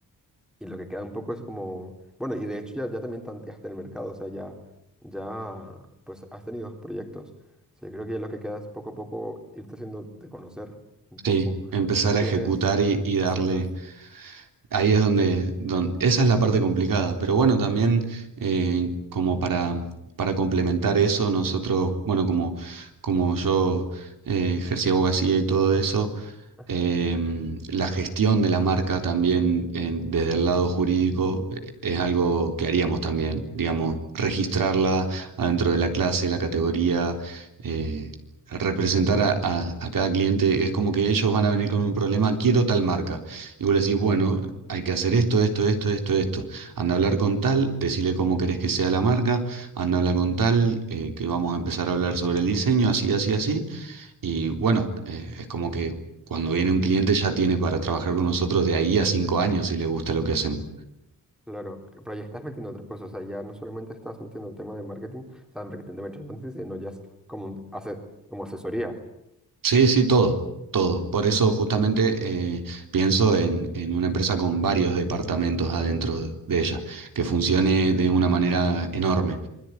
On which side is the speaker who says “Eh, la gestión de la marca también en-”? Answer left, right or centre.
Right